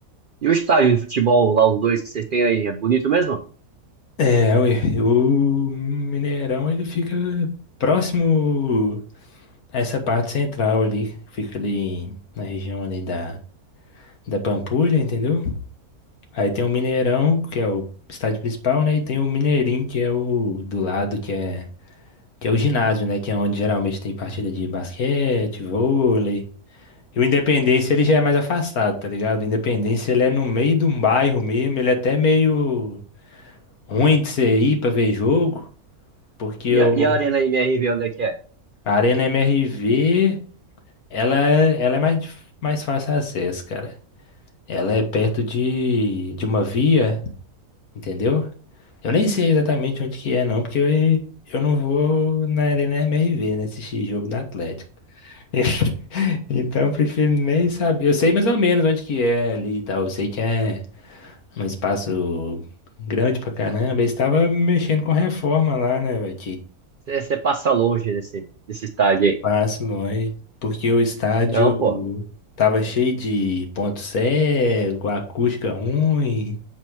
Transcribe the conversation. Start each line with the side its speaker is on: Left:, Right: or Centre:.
Right: e o estádio de futebol lá, os dois que vocês têm aí, é bonito mesmo?
Left: É, ué, o Mineirão ele fica próximo a essa parte central ali, fica ali na região ali da, da Pampulha, entendeu? Aí tem o Mineirão, que é o estádio principal, né? E tem o Mineirinho, que é o do lado, que é, que é o ginásio, né? Que é onde geralmente tem partida de basquete, vôlei. E o Independência ele já é mais afastado, tá ligado? O Independência ele é no meio de um bairro mesmo, ele é até meio ruim de você ir pra ver jogo. Porque
Right: E
Left: o,
Right: a, e a Arena MRV, onde é que é?
Left: A Arena MRV, ela é, ela é mais, dif- mais fácil acesso, cara. Ela é perto de, de uma via, entendeu? Eu nem sei exatamente onde que é, não, porque eu, eu não vou na Arena MRV, né, assistir jogo da Atlético. <laughs> Então, eu prefiro nem saber. Eu sei mais ou menos onde que é ali e tal. Eu sei que é um espaço grande pra caramba. Eles estavam mexendo com reforma lá, né, velho?
Right: Você você passa longe desse, desse estádio aí.
Left: Passo longe, porque o estádio
Right: Não, pô.
Left: tava cheio de ponto cego, acústica ruim.